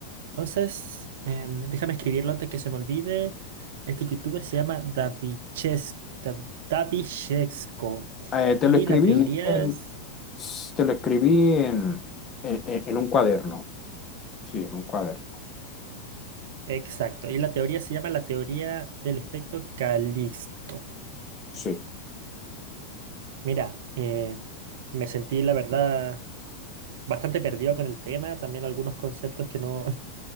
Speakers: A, on the right; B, on the left.
A: Entonces, em, déjame escribirlo antes que se me olvide. Este youtuber se llama Daviches- Da- Davichesco.
B: Eh, te
A: Y
B: lo escribí
A: la teoría
B: en,
A: es...
B: te lo escribí en, en, en- en un cuaderno. Sí, en un cuaderno.
A: Exacto. Y la teoría se llama la teoría del efecto Calixto.
B: Sí,
A: Mira, eh, me sentí, la verdad, bastante perdido con el tema. También algunos conceptos que no,